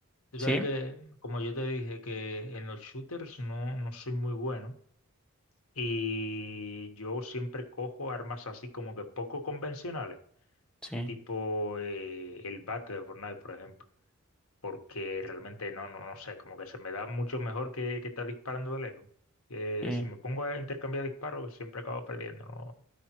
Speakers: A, on the left (about 70°); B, in the centre.
A: Tú
B: sí,
A: sabes que, como yo te dije, que en los shooters no, no soy muy bueno y yo siempre cojo armas así como que poco convencionales,
B: sí,
A: tipo eh, el bate de Fortnite, por ejemplo, porque realmente no, no, no sé, como que se me da mucho mejor que, que estar disparando de lejos. Eh,
B: sí.
A: si me pongo a intercambiar disparos, siempre acabo perdiendo, no,